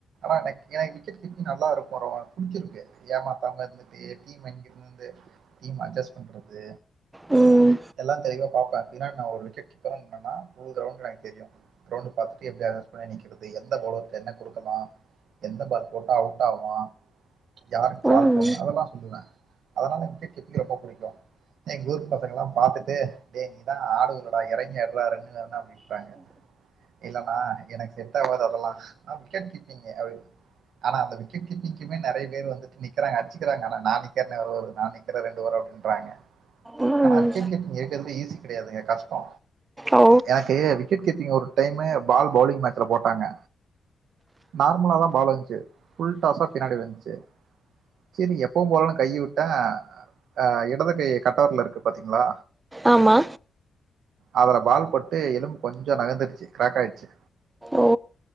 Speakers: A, on the right; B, on the right.
A: <inaudible> எனக்கு விக்கெட் கிப்பீங்னாலு ரொம்போ அ புடிச்சிருக்கு ஏமாத்தாம இருந்துட்டு <inaudible> டீம் அட்ஜெஸ்ட் பண்றது
B: ம்
A: எல்லா தெளிவ பாப்ப வெளான்டா ஒரு விக்கெட் கீப்பரு வெள்ளான்டா <unintelligible> எனக்கு தெரியு க்ரவுண்ட்டு பாத்துட்டு எப்டி ஆடணுன் சொன்னா நிக்கிறது எந்த பவுலருக்கு என்ன குடுக்கலா எந்த பால் போட்டா அவுட் ஆவா யாருக்கு பால்
B: ம்
A: போடணு அதெல்லா சொல்லுவே அதலா <unintelligible> கீப்பர் ரொம்ப புடிக்கு அ எங்க ஊரு பசங்கல்லா பாத்துட்டு டே நீ <unintelligible> எறங்கி அடிடா ஒன்னு <inaudible> அப்டின்னு சொல்றாங்க இல்லண்ணா எனக்கு செட்டாவாது அதெல்லா நா வீக்கேட் கீப்பிங்கு அப்டின் அனா அந்த வீக்கேட் கீப்பிங்குமே நறைய பேரு வந்து நிக்கறாங்க அடிச்சிக்கிறாங்க அனா நா <unintelligible> நா நிக்கற ரெண்ட்டு ஒரு ரவுண்ட்றாங்க
B: ம்
A: அனா விக்கேட் கிப் ஏக்கறது ஈசி கெடையாதுங்க கஷ்டோ
B: ஓ
A: எனக்கு விக்கெட் கீப்பிங் ஒரு டைமு பால் பவுலிங் மேட்சல போட்டாங்க நார்மலா தா பால் வந்ச்சு ஃபுல்டாஸா பின்னாடி வந்ச்சு செரி எப்பவு போல நா கையவுட்டா அ இடது கை கட்டவெரல் இருக்கு பாத்தீங்ளா
B: ஆமா
A: அதுல பால்பட்டு எலும்பு கொஞ்சோ நகந்துருச்சு க்ராக்கயிடுச்சு
B: ஓ